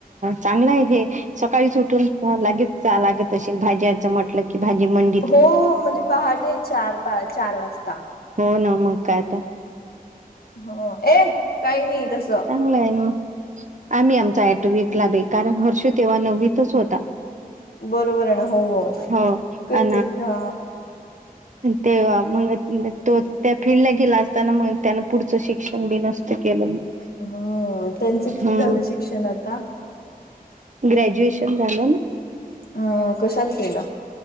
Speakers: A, on the right; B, on the left.
A: चांगलं आहे हे सकाळी सुठून लागेच. ला त भाजीचं म्हट की भाजी मं.
B: हो म्हणजे पहाटे चार पा चार वाजता.
A: हो ना मग काय आता.
B: ह ए काही नाही तसं
A: चांगलंय मग आम्ही आमचा टो वीक ला बे कारण हर्ष तेव्हा नव्हतच होता.
B: बरोबर आहे ना हो
A: हो
B: कती
A: अ
B: हा
A: ते मग तो त्या फील्डला गेला असताना मग त्यान पुढचं शिक्षण बी नसत केलं मग
B: हम्म त्यांचं कि
A: हा
B: झालं शिक्षण आता?
A: ग्रॅज्युएशन झालं ना?
B: ह् कशाचत केलं.